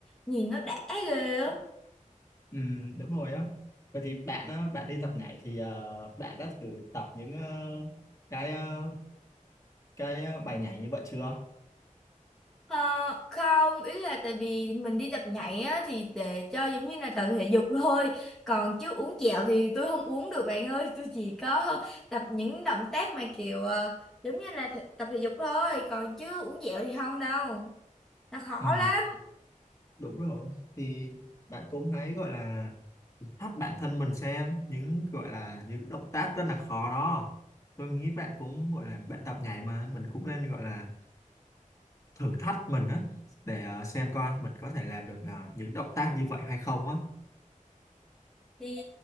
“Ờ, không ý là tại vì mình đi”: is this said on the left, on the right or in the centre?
Centre